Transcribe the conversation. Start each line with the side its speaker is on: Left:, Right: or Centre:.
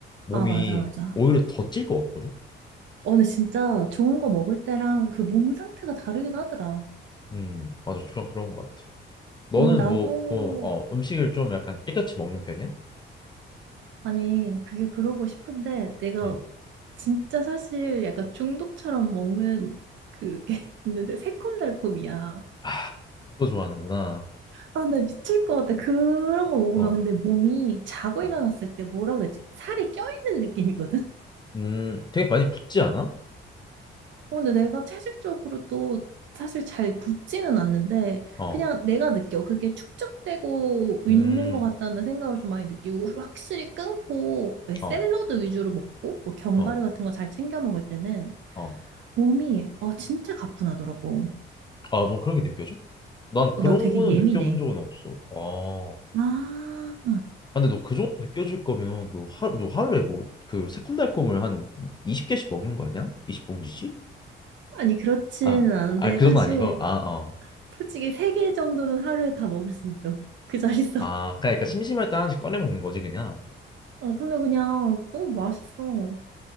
Left: 몸이
Right: 아, 맞아, 맞아.
Left: 오히려 더 찔 것 같거든.
Right: 어, 근데 진짜 좋은 거 먹을 때랑 그 몸 상태가 다르긴 하더라.
Left: 음, 맞아. 그냥 그런 것 같아. 너는
Right: 음, 나도,
Left: 뭐, 그, 어, 음식을 좀 약간 깨끗이 먹는 편이야?
Right: 아니, 그게 그러고 싶은데, 내가
Left: 음.
Right: 진짜 사실 약간 중독처럼 먹는 그게 <laughs> 있는데, 새콤달콤이야.
Left: 아, 단 거 좋아하는구나.
Right: 아, 나 미칠 것 같아. 그런 거 먹으면
Left: 어,
Right: 근데 몸이 자고
Left: 어.
Right: 일어났을 때 뭐라고 해야 되지? 살이 껴있는 느낌이거든?
Left: 음, 되게 많이 붓지 않아?
Right: 어, 근데 내가 체질적으로 또 사실 잘 붙지는 않는데
Left: 어,
Right: 그냥 내가 느껴. 그게 축적되고
Left: 음,
Right: 있는 것 같다는 생각을 좀 많이 느끼고 확실히 끊고 왜 샐러드
Left: 어.
Right: 위주로 먹고 뭐 견과류
Left: 어,
Right: 같은 거 잘 챙겨 먹을 때는
Left: 어.
Right: 몸이 어, 진짜 가뿐하더라고.
Left: 아, 넌 그런 게 느껴져? 난 그런
Right: 나 되게
Left: 거는
Right: 예민해.
Left: 느껴본 적은 없어. 아,
Right: 아,
Left: 아, 근데 너 그 정도 느껴질 거면 너 하루 너 하루에 뭐 그 새콤달콤을 한 20개씩 먹는 거 아니야? 20봉지씩?
Right: 아니 그렇지는
Left: 아,
Right: 않은데
Left: 아, 그
Right: 사실
Left: 정도 아니고. 아, 어.
Right: 솔직히 세 개 정도는 하루에 다 먹을 수 있어. 그 자리에서.
Left: 아, 그러니까 심심할 때 하나씩 꺼내 먹는 거지 그냥.
Right: <laughs> 어, 근데 그냥 너무 맛있어.